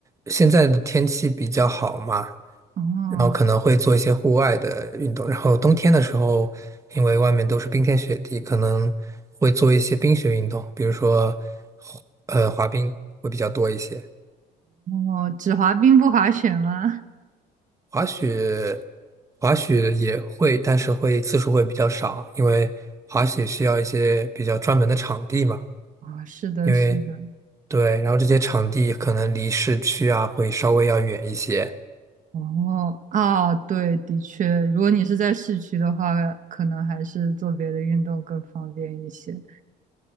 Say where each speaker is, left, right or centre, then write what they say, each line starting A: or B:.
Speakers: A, on the right; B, on the right.
A: 现在的天气比较好嘛，
B: 哦，
A: 然后可能会做一些户外的运动。然后冬天的时候，因为外面都是冰天雪地，可能会做一些冰雪运动，比如说滑呃滑冰会比较多一些，
B: 哦，只滑冰不滑雪吗？
A: 滑雪滑雪也会，但是会次数会比较少，因为滑雪需要一些比较专门的场地嘛，
B: 啊、是的，
A: 因为
B: 是的。
A: 对，然后这些场地可能离市区啊会稍微要远一些。
B: 哦，哦，对，的确，如果你是在市区的话，可能还是做别的运动更方便一些。